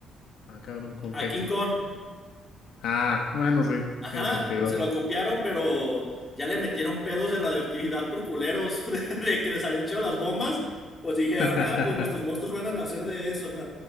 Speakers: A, on the left; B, on the left.
A: Ah, cabrón, ¿con
B: A
A: qué?
B: King Kong.
A: Ah, bueno, sí,
B: Ajá,
A: tiene sentido.
B: se lo copiaron, pero ya le metieron pedos de radioactividad por culeros <laughs> de, de que les habían echado las bombas. Pues dijeron,
A: <laughs>
B: ah, pues nuestros monstruos van a nacer de eso. <laughs>